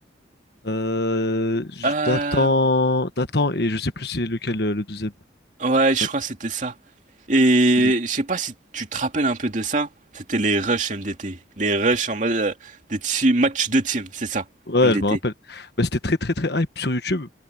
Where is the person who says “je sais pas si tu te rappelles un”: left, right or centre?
Right